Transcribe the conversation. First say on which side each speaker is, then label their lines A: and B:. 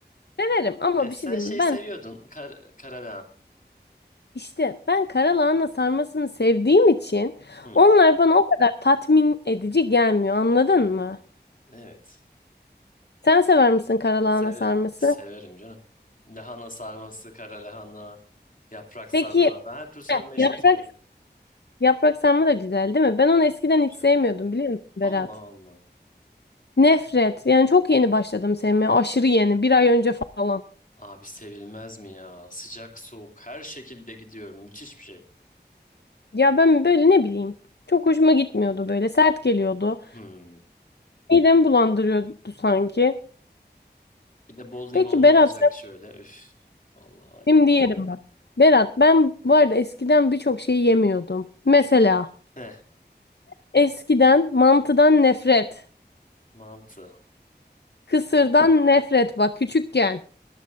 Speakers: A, on the left (about 70°); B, on the left (about 45°).
A: Severim ama
B: E,
A: bir
B: sen
A: şey diyeyim
B: şey
A: mi? Ben
B: seviyordun kar, kara
A: işte ben karalahana sarmasını sevdiğim için
B: Hı.
A: onlar bana o kadar tatmin edici gelmiyor anladın
B: Hmm,
A: mı?
B: Evet.
A: Sen sever misin karalahana
B: Seve
A: sarması?
B: severim canım. Lahana sarması, kara lahana, yaprak sarma.
A: Peki
B: Ben her türlü sarma
A: heh,
B: işini
A: yaprak
B: severim.
A: yaprak sarma da güzel değil mi? Ben onu eskiden
B: Tabii
A: hiç
B: canım.
A: sevmiyordum biliyor musun Berat?
B: Allah Allah.
A: Nefret. Yani çok yeni başladım sevmeye. Aşırı yeni. Bir ay önce falan.
B: Abi sevilmez mi ya? Sıcak soğuk her şekilde gidiyor. Müthiş bir şey.
A: Ya ben böyle ne bileyim. Çok hoşuma gitmiyordu böyle. Sert geliyordu.
B: Hmm.
A: Midemi bulandırıyordu sanki.
B: Bir de bol
A: Peki
B: limonlu
A: Berat
B: olacak şöyle. Üf. Allah var ya.
A: Şimdi yerim bak. Berat ben bu arada eskiden birçok şeyi yemiyordum. Mesela
B: Heh,
A: eskiden mantıdan nefret,
B: mantı.
A: kısırdan nefret bak küçükken.